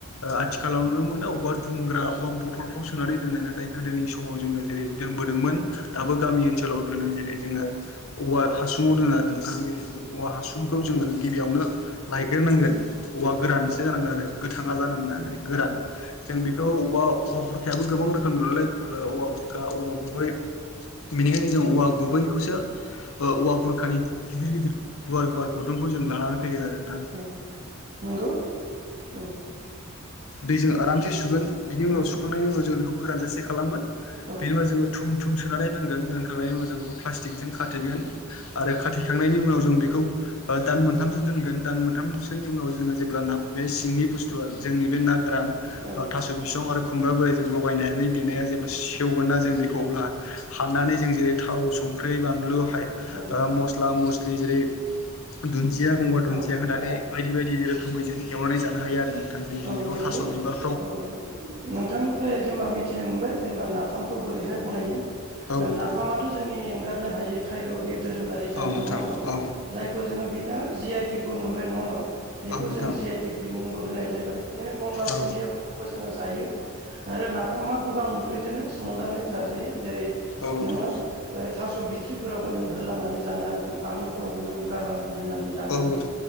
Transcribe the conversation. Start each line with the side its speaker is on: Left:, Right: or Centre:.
Left: आथिखालाव नुनो मोन औ अर दुंग्रा अबेबा बथलफ्राव सोनानै दोननाय नाथाय गोदोनि समाव जोङो जेरै दोनबोदोंमोन दाबो गामि ओनसोलाव दोनो जेरै जोङो औवा हासुङाव दोनो आरो ओखां जेरै औवा हासुंखौ जोङो गिबियावनो लायग्रोनांगोन औवा गोरानसो जानांगोन आरो थाङा जानो मोना जेरै गोरान जों बेखौ बबेबाश्र औवा बुरखायाबो गोबां रोखोम नालाय औवा बुरखा औवा गुबै बेनिखायनो जों औवा गुबैखौसो औङऔवा बुरखानि गिदिर गिदिर गुवार गुवार गुदुं खौ जोङो लाङा फैयो आरो नोंथां
Right: औ नंगौ औ
Left: बेखौ सुरि सुगोन बिनि उनाव
Right: औ
Left: सुखांनायनि उनाव जों बेखौ गोरान जासे खालामग
Right: औ
Left: बे उाव जोङो थुम थुम सोनानै दोनगोन दोनखांनायनि उनाव जों बेखौ प्लास्टिकजों खाथेगोन आरो खाथेखांनायनि उनाव जों बेखौ दान मोनथामसो दोनगोन दान मोनथामसोनि उनाव जोङो जेब्ला ना बे सिंनि बुस्थुआ जोंनि बे ना गोरान
Right: औ
Left: थास' बिसं आरो खुम्ब्रा बोराइजों लगायनानै देनाया जेब्ला सेवगोन ना जों बेखौ अब्ला हाननानै जों जेरै थाव संख्रि बानलु हाय
Right: औ
Left: ओ मस्लिम स्लि जेरै दुन्दिया गंगार दुन्दिया
Right: औ
Left: होनानै बायदि बायदि रोखोमै जों एवनानै जानो हायो आरो <unintelligible>
Right: औ
Left: बेयाव
Right: नंगौ
Left: थास' बिबार
Right: औ नोंथांनिफ्राय जेनेबा मिथिनो मोनबाय जेनेबा नाफामखौ बोरैहाय बनायो
Left: औ नोंथां औ
Right: ओ
Left: नोंथां
Right: नाफामाथ'
Left: औ
Right: जोंनि एंगारनो हायि खायद' बेयो दोरोङारि जानाय
Left: औ नोंथां
Right: नङा होमबा
Left: औ
Right: जायखौ जोङो बिथा जि आइटेकबो मोनबाय नङा होमबा बिखौ
Left: औ नोंथां
Right: जों जि आइ टिक बिमुं होनाय ज बिदिनो गंगार
Left: औ नोंथां औ
Right: दुनदियाफोरखौबो जों जायो आरो नाफामा गोबां ओंख्रिजोंनो संजानाय जा यो जेरै
Left: नोंथां औ नोंथां
Right: नोङो थास'बि फोरावबो होलानानै जानो हागोन आलुफोरावबो नोङो गारलनानै होनानै जानो
Left: औ नोंथां औ
Right: हागोन
Left: नोंथां